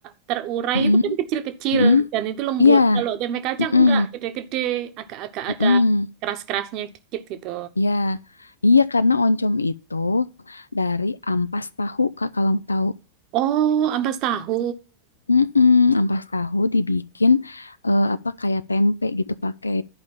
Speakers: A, on the right; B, on the left.
A: terurai
B: Mm-mm,
A: itu kan kecil-kecil
B: mm-mm.
A: dan itu lembut.
B: Iya,
A: Kalau tempe kacang
B: mm-mm,
A: enggak gede-gede, agak-agak
B: mm-mm.
A: ada keras-kerasnya dikit gitu.
B: Iya. Iya, karena oncom itu dari ampas tahu, Kak, kalau tahu.
A: Oh, ampas tahu.
B: Mm-mm, ampas tahu dibikin eh, apa kayak tempe gitu pakai